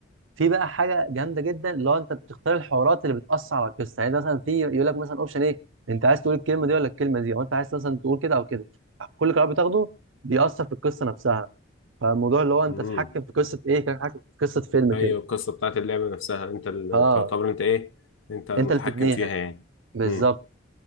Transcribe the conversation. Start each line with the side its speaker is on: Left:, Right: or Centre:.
Right: في بقى حاجة جامدة جدا اللي هو أنت بتختار الحوارات اللي بتأثر على القصة يعني أنت مثلا في يقول لك مثلا أوبشن إيه أنت عايز تقول الكلمة دي ولا الكلمة دي أو أنت عايز مثلا تقول كده أو كده كل قرار بتاخده بيأثر في القصة نفسها فالموضوع اللي هو أنت
Left: امم
Right: تتحكم في قصة إيه كأنك تتحكم في قصة فيلم
Left: ايوه
Right: كده
Left: القصه بتاعت اللعبه نفسها انت اللي
Right: أه
Left: تعتبر انت ايه انت متحكم
Right: أنت اللي بتبنيها
Left: فيها يعني
Right: بالظبط
Left: امم